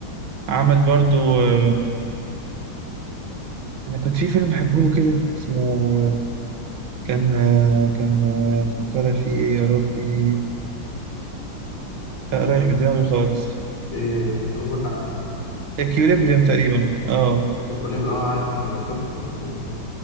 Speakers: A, on the right; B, on the left.
A: عمل برضو آه، انا كنت في فيلم بحبه له كده اسمه آه، كان آه، كان آه، كان طالع فيه ايه يا ربي لا رايح
B: مم.
A: من دماغي خالص
B: ايه انت قصدك على انهي
A: اكيوليبريم تقريبا اه
B: الكوليب اه عارف الكوليب شفته الكوليب